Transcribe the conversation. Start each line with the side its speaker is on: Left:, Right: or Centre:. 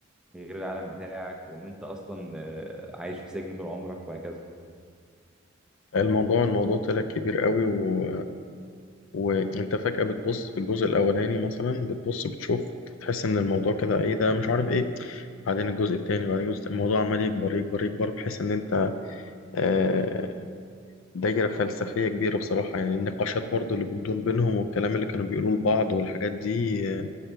Centre: غير العالم بتاعك وان انت اصلا آه، عايش في سجن طول عمرك وهكذا
Left: الموضوع الموضوع طلع كبير قوي و... وأنت فجأة بتبص في الجزء الأولاني مثلا بتبص بتشوف تحس إن الموضوع كده إيه ده مش عارف إيه بعدين الجزء التاني بعدين الجزء الموضوع عمال يكبر يكبر يكبر بحيث إن أنت آه، دايرة فلسفية كبيرة بصراحة يعني النقاشات برضو اللي بتدور بينهم والكلام اللي كانوا بيقولوه لبعض والحاجات دي آه،